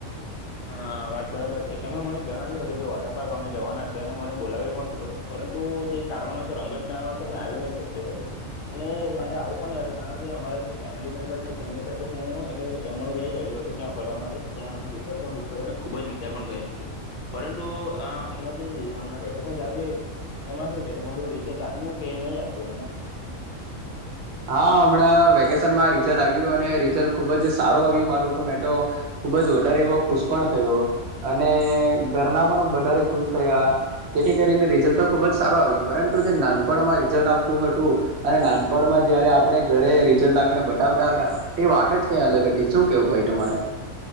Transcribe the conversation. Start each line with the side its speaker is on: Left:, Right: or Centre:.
Left: હા વાત બરાબર છે તમે મને જણાવ્યું હતું કે વોટર પાર્ક અમે જવાના છે અને મને બોલાવ્યો પણ હતું પરંતુ જે કારણોસર અંગત કારણોસર મેં આવી નહી શક્યું હતું અને મારે આવું પણ નહી હતું કારણ કે અમારા જે ફેમિલી મેમ્બર છે તેમની સાથે હું એટલે દમણ ગયા આવ્યું હતું ત્યાં ફરવા માટે ત્યાં અમે ખુબ જ મજા કરી પરંતુે આ હમણાં જે વૈકેશન ચાલી રહ્યું છે એમાં શુ છે તમારું રિજલ્ટ આવ્યું કે નહી આવ્યું હમણા.
Right: હા હમણાં વેકેશનમાં રીઝલ્ટ આવ્યું અને રિઝલ્ટ ખુબ જ સારું આવ્યું મારું તો મે તો ખુબજ વધારે એવો ખુશ પણ થયો અને ઘરના પણ વધારે ખુશ થયા તેથી કરીને રીઝલ્ટ તો ખુબ જ સારું આવ્યો પરંતુ જે નાનપણમાં રિઝલ્ટ આવતું હતું અને નાનપણમાં જયારે આપણે ઘરે રિઝલ્ટ આવીને બતાવતા હતા એ વાત જ કઈ અલગ હતી. શું કેવું ભાઈ તમારે?